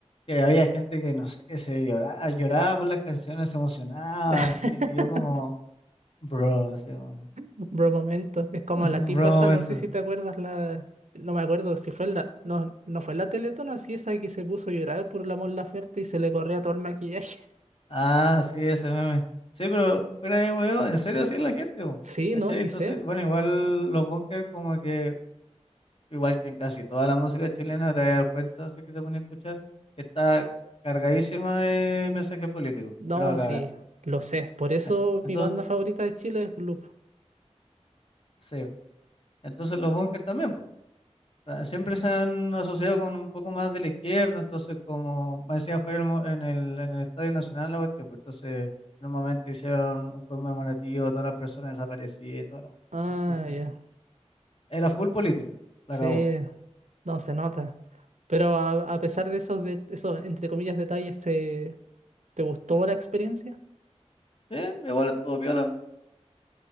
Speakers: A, on the left (about 55°); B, on the right (about 85°).
A: que había gente que, no sé, se lloraba, lloraba con las canciones, se emocionaba,
B: <laughs>
A: así, y yo como, bro, así como,
B: Bro, momento, es como
A: <laughs>
B: la tipa
A: bro
B: esa,
A: momento.
B: no sé si te acuerdas la... No me acuerdo si fue la... No, no fue la Teletón, así esa que se puso a llorar por la Mon Laferte y se le corría todo el maquillaje. <laughs>
A: Ah, sí, ese meme. Sí, pero fuera de huevo, en serio sí es la gente, po,
B: Sí,
A: ¿cachai?
B: no, sí
A: Entonces,
B: sé.
A: bueno, igual los bunkers como que, igual que en casi toda la música chilena, te vas a dar cuenta, si es que te pones a escuchar, que está cargadísima de mensajes políticos,
B: No,
A: pero a cagar.
B: sí, lo sé. Por eso
A: Eh, Entonces,
B: mi banda favorita de Chile es Gloop.
A: sí, entonces los bunkers también, sea, siempre se han asociado con un poco más de la izquierda, entonces como me decía, fue el mo- en el, en el Estadio Nacional la cuestión, pues, entonces en un momento hicieron un conmemorativo todas las personas desaparecidas y toda la cuestión.
B: Ah,
A: Entonces,
B: ya.
A: era full político,
B: Sí,
A: la acabó.
B: no se nota.
A: Mm.
B: Pero a, a pesar de esos, de, esos, entre comillas, detalles, ¿te, te gustó la experiencia?
A: Sí, igual estuvo viola.